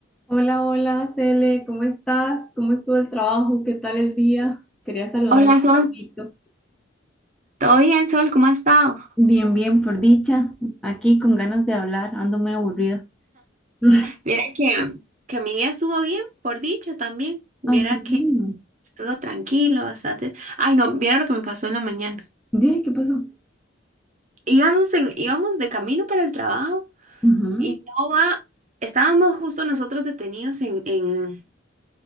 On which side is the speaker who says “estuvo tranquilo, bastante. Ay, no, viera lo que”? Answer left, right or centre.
Right